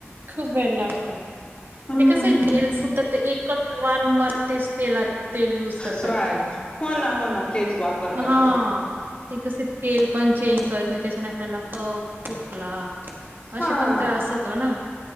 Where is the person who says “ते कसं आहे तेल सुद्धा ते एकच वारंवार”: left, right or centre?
Right